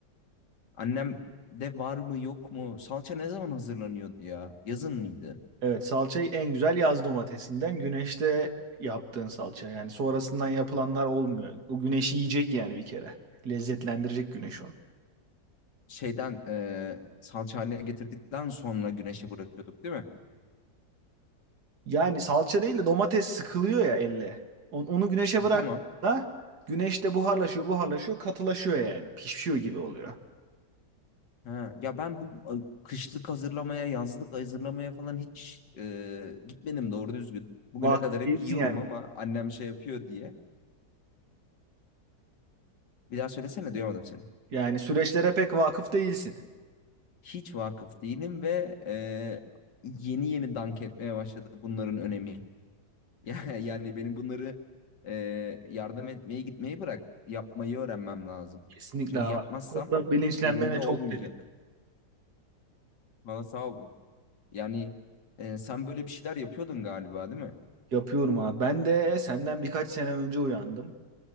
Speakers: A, on the left; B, on the right.
A: Annem de var mı yok mu? Salça ne zaman hazırlanıyordu ya? Yazın mıydı?
B: Evet salçayı en güzel yaz domatesinden güneşte yaptığın salça. Yani sonrasından yapılanlar olmuyor. O güneşi yiyecek yani bir kere. Lezzetlendirecek güneş onu.
A: şeyden e, salça haline getirdikten sonra güneşe bırakıyorduk değil mi?
B: Yani salça değil de domates sıkılıyor ya elle. On- Onu güneşe bıraktığında
A: Tamam.
B: güneşte buharlaşıyor, buharlaşıyor, katılaşıyor yani. Pişiyor gibi oluyor.
A: Ha, ya ben bu e, kışlık hazırlamaya, yazlık hazırlamaya falan hiç e, gitmedim doğru düzgün. Bugüne
B: Vakıf
A: kadar hep
B: değilsin
A: yiyorum
B: yani.
A: ama annem şey yapıyor diye. Bir daha söylesene duyamadım seni.
B: Yani süreçlere pek vakıf değilsin.
A: Hiç vakıf değilim ve e, yeni yeni dank etmeye başladı bunların önemi. <laughs> Ya- Yani benim bunları e, yardım etmeye gitmeyi bırak. Yapmayı öğrenmem lazım.
B: Kesinlikle
A: Çünkü
B: abi.
A: yapmazsam
B: Bu konuda bilinçlenmene
A: elimde olmayacak.
B: çok sevindim.
A: Valla sağ ol. Yani e, sen böyle bir şeyler yapıyordun galiba değil mi?
B: Yapıyorum abi. Ben de senden birkaç sene önce uyandım.